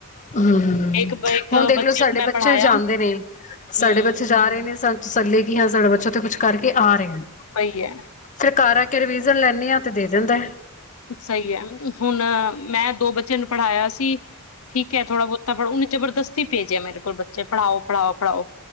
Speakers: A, on the left; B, on the left.
A: ਹਮ ਹ
B: ਇੱਕ ਇੱਕ
A: ਹੁਣ ਦੇਖਲਓ ਸਾਡੇ
B: ਨੂੰ ਮੈਂ
A: ਬੱਚੇ
B: ਪੜ੍ਹਾਇਆ
A: ਵੀ ਜਾਂਦੇ ਨੇ
B: ਹਮ
A: ਸਾਡੇ ਬੱਚੇ ਜਾ ਰਹੇ ਨੇ ਸ ਤਸੱਲੇ ਕਿ ਹਾਂ ਸਾਡਾ ਬੱਚਾ ਤੇ ਕੁਛ ਕਰਕੇ ਆ ਰਹੇ
B: ਸਹੀ ਹੈ
A: ਫਿਰ ਕਾਰ ਆ ਕੇ ਰਿਵੀਜ਼ਨ ਲੈਂਦੇ ਹਾਂ ਤੇ ਦੇ ਦਿੰਦਾ
B: ਸਹੀ ਹੈ ਹੁਣ ਮੈਂ ਦੋ ਬੱਚਿਆਂ ਨੂੰ ਪੜ੍ਹਾਇਆ ਸੀ ਠੀਕ ਹੈ ਥੋੜਾ ਬਹੁਤਾ ਪੜ੍ਹ ਉਹਨੇ ਜਬਰਦਸਤ ਪੇਜ ਆ ਮੇਰੇ ਕੋਲ ਬੱਚੇ ਪੜ੍ਹਾਓ ਪੜ੍ਹਾਓ ਪੜ੍ਹਾਓ